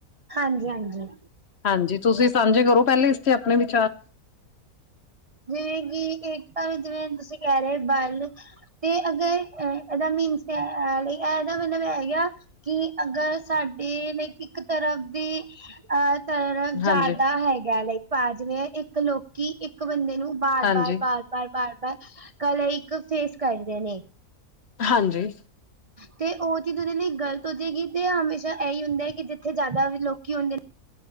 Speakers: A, on the right; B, on the left.
A: ਹਾਂਜੀ-ਹਾਂਜੀ।
B: ਹਾਂਜੀ, ਤੁਸੀਂ ਸਾਂਝੇ ਕਰੋ ਪਹਿਲੇ ਇਸਤੇ ਆਪਣੇ ਵਿਚਾਰ।
A: ਜਿਵੇਂ ਕਿ ਏਕਤਾ ਵਿੱਚ, ਜਿਵੇਂ ਤੁਸੀਂ ਕਹਿ ਰਹੇ ਬਲ ਤੇ ਅਗਰ ਇਹਦਾ ਮੀਨਸ ਇਹਦਾ ਮਤਲਬ ਏ ਹੈਗਾ। ਕਿ ਅਗਰ ਸਾਡੇ ਲਈ ਇੱਕ ਤਰਫ ਦੀ ਆਹ ਤਰਫ਼ ਜ਼ਿਆਦਾ
B: ਹਾਂਜੀ
A: ਹੈਗਾ ਲਾਈਕ ਪਾ, ਜਿਵੇਂ ਇੱਕ ਲੋਕੀ ਇੱਕ ਬੰਦੇ ਨੂੰ ਬਾਰ-ਬਾਰ-ਬਾਰ-ਬਾਰ-ਬਾਰ-
B: ਹਾਂਜੀ
A: ਬਾਰ ਕਲਾ ਇੱਕ ਫੇਸ ਕਰਦੇ ਨੇ।
B: ਹਾਂਜੀ।
A: ਤੇ ਉਹ ਚੀਜ਼ ਉਹਦੇ ਲਈ ਗ਼ਲਤ ਹੋ ਜਾਏਗੀ, ਤੇ ਹਮੇਸ਼ਾ ਇਹੀ ਹੁੰਦਾ ਹੈ, ਕਿ ਜਿੱਥੇ ਜ਼ਿਆਦਾ ਲੋਕੀ ਹੁੰਦੇ